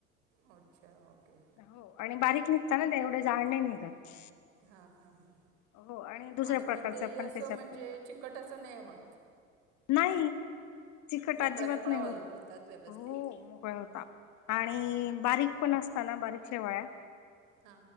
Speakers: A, on the right (about 60°); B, on the left (about 45°).
A: अच्छा ओके.
B: हो आणि बारीक निघता ना ते एवढे जाड नाय निघत.
A: हां हां हां
B: हो दुसऱ्या
A: आणि
B: प्रकारच
A: म ते
B: पण
A: असं
B: त्याच्यात
A: म्हणजे
B: करतात
A: चिकट असं नाई होत.
B: नाही चिकट
A: मोकळ्या
B: अजिबात
A: मोकळ्या
B: नाय
A: हो-
B: होत
A: होतात व्यवस्थित
B: हो मोकल्या होता. आणि बारीक पण असता ना बारीक शेवाळ्या
A: हा